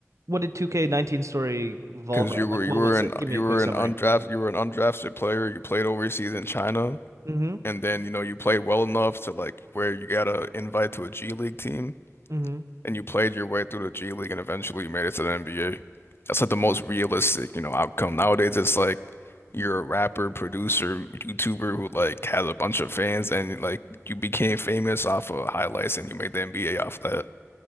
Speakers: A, on the right; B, on the left.
A: What did 2K19 story revolve
B: because
A: around?
B: you were
A: Like, what
B: you were
A: was
B: an
A: it? Give
B: you
A: me a
B: were
A: quick summary.
B: an undrafted you were an undrafted player, you played overseas in China,
A: Mm-hmm.
B: and then you know you played well enough to like where you got a invite to a G League team.
A: Mm-hmm.
B: and you played your way through the G League and eventually you made it to the NBA. That's like the most realistic, you know, outcome. Nowadays, it's like you're a rapper, producer, YouTuber who like has a bunch of fans and like you became famous off of highlights and you made the NBA off that.